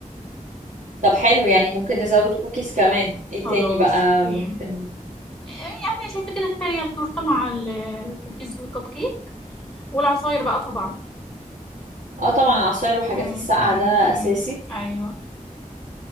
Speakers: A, on the right; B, in the centre.
A: طب حلو يعني ممكن نزود كوكيز كمان ايه
B: خلاص
A: تاني بقى
B: أوكي
A: ممكن
B: آه، يعني شايفة كده تخيل تورتة مع الكوكيز والكب كيك والعصاير بقى طبعا
A: اه طبعا عصاير وحاجات
B: مم،
A: الساقعة
B: مم،
A: ده
B: مم.
A: اساسي
B: أيوه